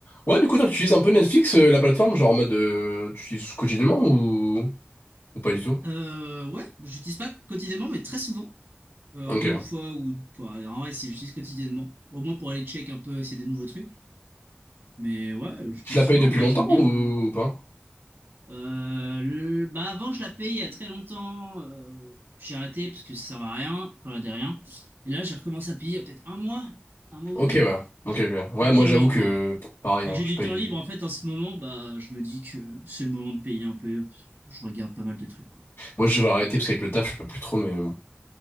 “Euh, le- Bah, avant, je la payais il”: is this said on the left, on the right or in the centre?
Right